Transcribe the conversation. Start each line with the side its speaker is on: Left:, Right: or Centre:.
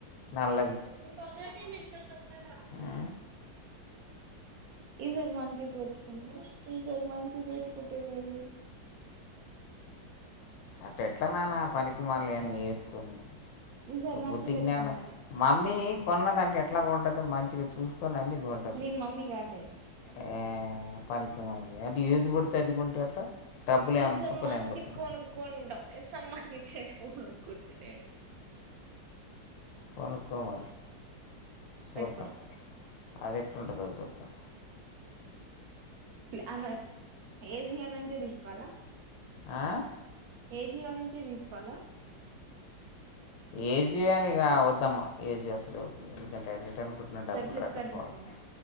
Left: నాల్
Right: ఇ పక్క కి మీ చే ప్ప మ్మన్నద
Left: ఆ
Right: ఈసారి మంచిది పెట్టుకుంట ఈ సార్ మంచిది పెట్టుకుంట డాడి
Left: అట్టే ఎట్లా నానా పనికి మాల్న్య్ అన్నీ వేసుకని
Right: ఈసారి
Left: ఒక
Right: మంచిది
Left: బుద్ధి
Right: పెట్టుకుంటా
Left: జ్ఞాన మమ్మీ కో న్ ంటే ఎట్లా గొంటది మంచిగా చూసుకొని అన్ని గొంటది
Right: నేను మమ్మీ కాదు డాడీ
Left: ఆ పనికిమాన్యి అది ఏది పడితే అది కొంటే ఎట్లా డబ్బులు
Right: ఈ
Left: ఏమన్నా
Right: సార్
Left: పని
Right: మంచి
Left: అనుకోతుంది
Right: కొను కుంట ఈ సార్ మంచిది కొన్నుకుంట డాడీ
Left: కొనుక్కో మరి చూద్దాం
Right: పెట్ట్కొన
Left: అది ఎట్టుంటుందో చూద్దాం
Right: ఆమ ఏజియో నుంచే తీసుకోవాల
Left: ఆ
Right: ఏజియో నుం చ్చే తీసుకోవాలా
Left: ఏజియో అని కా వద్దమ్మా ఏజియో అస్సలే వద్దు ఎందుకంటే రె టర్న్ కోట్న డబ్బులు
Right: సరే ఫ్లిప్కార్ట్
Left: రట్టపోవాలి
Right: తీసుకుంటా